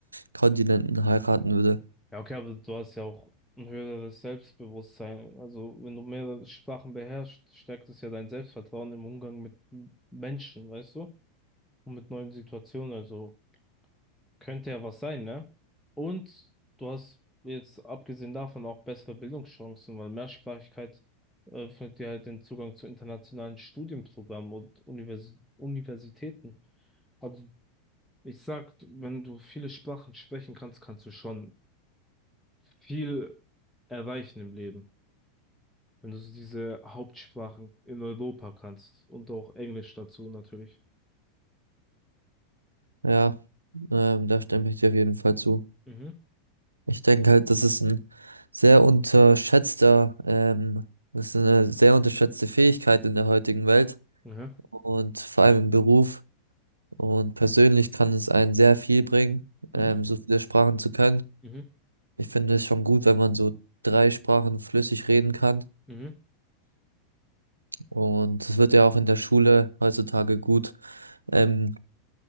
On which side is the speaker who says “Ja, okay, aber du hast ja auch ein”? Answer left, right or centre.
Centre